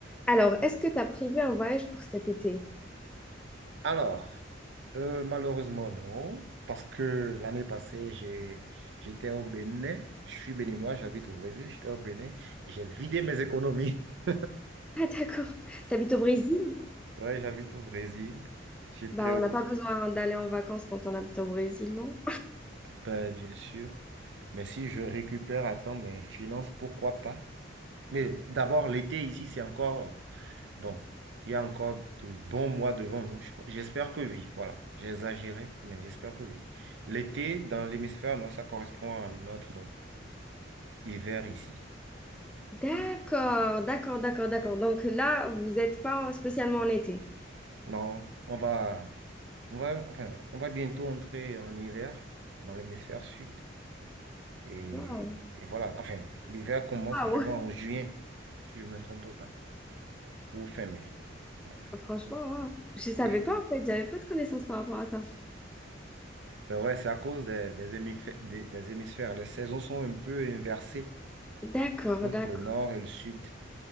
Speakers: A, in the centre; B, on the right.
A: Alors, est-ce que tu as prévu un voyage pour cet été?
B: Alors, euh, malheureusement, non, parce que l'année passée, j'ai, j'étais au Bénin. Je suis béninois, j'habite au Brésil. J'étais au Bénin et j'ai vidé mes économies. <laughs>
A: Ah, d'accord. T'habites au Brésil?
B: Ouais, j'habite au Brésil. J'étais
A: Bah,
B: au
A: on n'a pas besoin d'aller en vacances quand on habite au Brésil, non?
B: ben, bien sûr. Mais si je récupère à temps mes finances, pourquoi pas? Mais d'abord, l'été ici, c'est encore bon. Il y a encore de bons mois devant nous. Je- J'espère que oui. Voilà, j'ai exagéré, mais j'espère que oui. L'été, dans l'hémisphère nord, ça correspond à notre. hiver ici.
A: D'accord, d'accord, d'accord, d'accord. Donc là, vous n'êtes pas spécialement en été.
B: Non, on va, on va, enfin, on va bientôt entrer en hiver dans l'hémisphère sud. Et,
A: Waouh,
B: et voilà, enfin, l'hiver commence
A: waouh.
B: vraiment en juin, si je ne me trompe pas, ou fin mai. Bref.
A: Franchement, waouh. Je savais
B: <laughs>
A: pas en fait, j'avais pas de connaissances par rapport à ça.
B: Ben ouais, c'est à cause des, des hémifè- des- des hémisphères. Les saisons sont un peu inversées
A: D'accord,
B: entre
A: d'accord,
B: le nord et le sud.